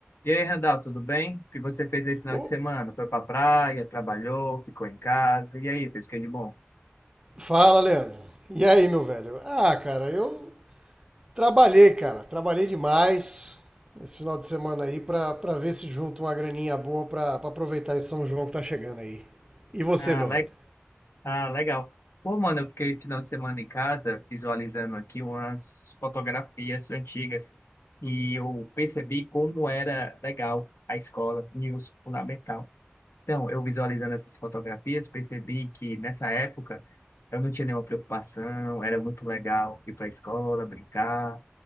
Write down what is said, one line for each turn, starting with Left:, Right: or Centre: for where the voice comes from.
Left: E aí, Randall, tudo bem? O que você fez aí no final
Right: Ô,
Left: de semana? Foi pra praia, trabalhou, ficou em casa. E aí, fez o que de bom?
Right: Fala, Leandro. E aí, meu velho? Ah, cara, eu trabalhei, cara. Trabalhei demais esse final de semana aí pra, pra ver se junto uma graninha boa pra, pra aproveitar esse São João que tá chegando aí. E você,
Left: Ah,
Right: meu
Left: le...
Right: velho?
Left: ah, legal. Pô, mano, eu fiquei final de semana em casa visualizando aqui umas fotografias antigas e eu percebi como era legal a escola, e o fundamental. Então, eu visualizando essas fotografias, percebi que nessa época eu não tinha nenhuma preocupação, era muito legal ir para a escola, brincar.